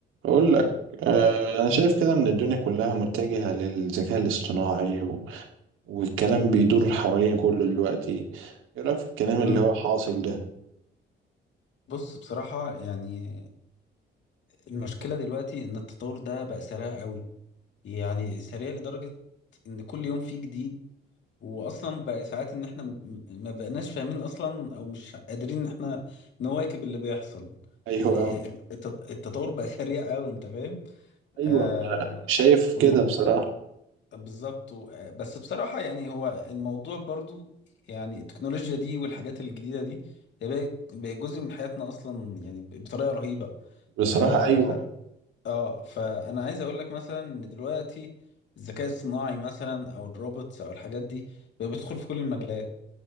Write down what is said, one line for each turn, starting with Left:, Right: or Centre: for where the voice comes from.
Right: أقول لك آه، أنا شايف كده إن الدنيا كلها متجهة للذكاء الاصطناعي و... والكلام بيدور حوالين كله دلوقتي إيه رأيك في الكلام
Left: مم.
Right: اللي هو حاصل ده؟
Left: بص بصراحة يعني المشكلة دلوقتي إن التطور ده بقى سريع قوي يعني سريع لدرجة إن كل يوم فيه جديد وأصلا بقى ساعات إن إحنا م- م- ما بقناش فاهمين أصلا أو مش قادرين إن إحنا نواكب اللي بيحصل
Right: أيوه
Left: يعني الت- التطور بقى سريع قوي أنت فاهم؟ آه
Right: أيوه شايف
Left: والم...
Right: كده بصراحة
Left: بالظبط و... آه، بس بصراحة يعني هو الموضوع برضو يعني التكنولوجيا دي والحاجات الجديدة دي هي بقت- بقى جزء من حياتنا أصلا يعني بطريقة رهيبة
Right: بصراحة
Left: اه
Right: أيوه
Left: آه، فانا عايز اقول لك مثلا ان دلوقتي الذكاء الصناعي مثلا او الروبوتس او الحاجات دي بقى بيدخل في كل المجالات